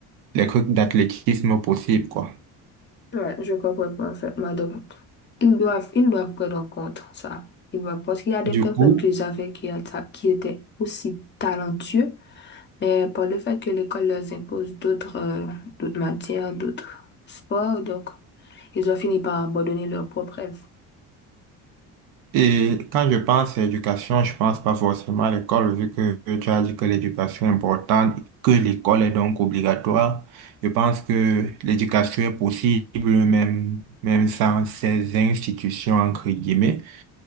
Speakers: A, on the right; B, on the left.
A: les trucs d'athlétisme possibles, quoi.
B: Ouais, je comprends parfaitement. Donc, Ils doivent, ils doivent prendre en compte ça. Ils doivent, parce qu'il y a des
A: Du
B: personnes
A: coup,
B: que j'avais qui, éta- qui étaient aussi talentueux, mais par le fait que l'école leur impose d'autres euh, d'autres matières, d'autres sports, donc ils ont fini par abandonner leurs propres rêves.
A: Et quand je pense à éducation, je pense pas forcément à l'école, vu que tu as dit que l'éducation est importante, que l'école est donc obligatoire. Je pense que l'éducation est possible même, même sans ces institutions, entre guillemets.